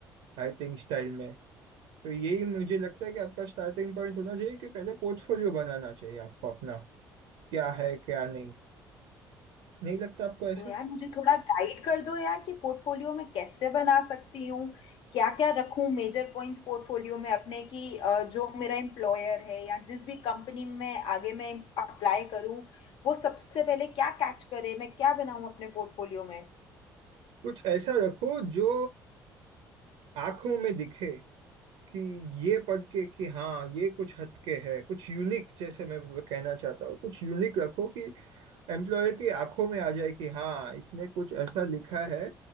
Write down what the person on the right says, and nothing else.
राइटिंग स्टाइल में तो यही मुझे लगता है कि आपका स्टार्टिंग पॉइंट होना चाहिए कि पहले पोर्टफोलियो बनाना चाहिए आपको अपना क्या है क्या नहीं नहीं लगता आपको ऐसा
कुछ ऐसा रखो जो आंखों में दिखे कि ये पढ़ के कि हाँ ये कुछ हद के है कुछ यूनिक जैसे मैं कहना चाहता हूँ कुछ यूनिक रखो कि एम्प्लॉयर की आंखों में आ जाए कि हाँ इसने कुछ ऐसा लिखा है